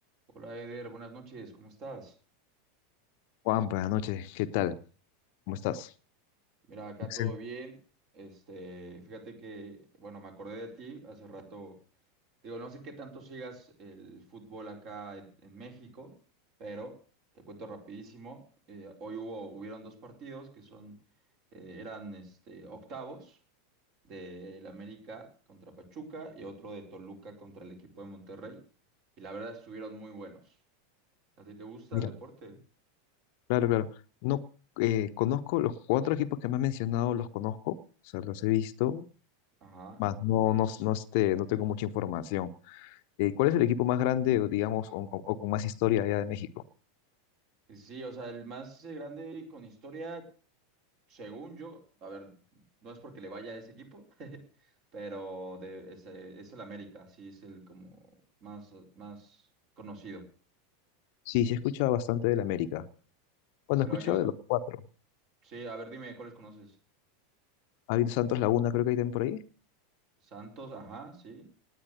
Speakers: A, on the right; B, on the left.
A: Hola Eder, buenas noches, ¿cómo estás?
B: Juan, buenas noches, ¿qué tal? ¿Cómo estás?
A: Mira, acá
B: Excelente.
A: todo bien. Este, fíjate que, bueno, me acordé de ti hace rato. Digo, no sé qué tanto sigas el fútbol acá en, en México, pero te cuento rapidísimo. Eh, hoy hubo, hubieron dos partidos que son, eh, eran este, octavos del América contra Pachuca y otro de Toluca contra el equipo de Monterrey. Y la verdad estuvieron muy buenos. ¿A ti te gusta
B: Mira,
A: el deporte?
B: claro, claro. No eh, conozco los cuatro equipos que me has mencionado, los conozco, o sea, los he visto,
A: Ajá.
B: más no, no, no, este, no tengo mucha información. Eh, ¿cuál es el equipo más grande, o digamos, o, con o con más historia allá de México?
A: Sí, o sea, el más eh, grande con historia, según yo, a ver, no es porque le vaya a ese equipo, <laughs> pero de, es, eh, es el América, sí es el como más, eh, más conocido.
B: Sí, sí he escuchado bastante del América. Bueno,
A: Pero
B: he escuchado
A: yo,
B: de los cuatro.
A: sí, a ver, dime cuáles conoces.
B: Ha habido Santos Laguna, creo que hay también por ahí.
A: Santos, ajá, sí.